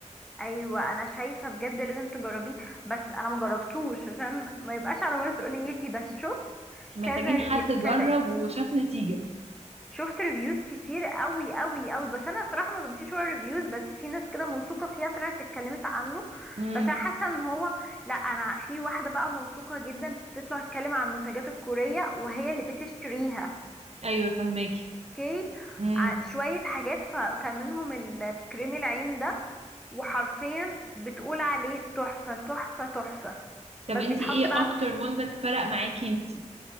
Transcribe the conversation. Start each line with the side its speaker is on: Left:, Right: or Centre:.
Centre: ايوه انا شايفه بجد لازم تجربيه بس انا ما جربتوش عشان ما يبقاش على مسؤوليتي بس شفت
Right: محتاجين
Centre: كذا
Right: حد جرب
Centre: كذا
Right: وشاف نتيجه
Centre: شفت ريفيوز كتير قوي قوي قوي بس انا صراحه ما بمشيش ورا ريفيوز بس في ناس كده موثوقه فيها طلعت اتكلمت عنه
Right: امم
Centre: بس انا حاسه ان هو لا انا في واحده بقى موثوقه جدا بتطلع تتكلم عن المنتجات الكوريه وهي اللي بتشتريها
Right: ايوه فهماكي
Centre: اوكي
Right: امم
Centre: ع- شويه حاجات فكان منهم ال- كريم العين ده وحرفيا بتقول عليه تحفه تحفه تحفه
Right: طب
Centre: بس
Right: انتي
Centre: بيتحط
Right: ايه
Centre: بقى
Right: اكتر منتج فرق معاكي انتي